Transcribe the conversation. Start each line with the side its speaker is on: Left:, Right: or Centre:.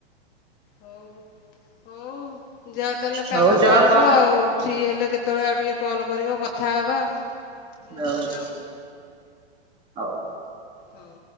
Left: ହଉ ହଉ ଯାଅ ତାହେଲେ କାମ
Right: ହଉ ଯଅ
Left: କରିବ
Right: କଣ
Left: ଆଉ ଫ୍ରି ହେଲେ କେତେବେଳେ ଆଉ ଟିକେ କଲ୍ କରିବ କଥା ହେବା ଆଉ। ମୁଁ
Right: ହଉ।
Left: ବି ଯାଉଛି
Right: ହଉ।
Left: ହଉ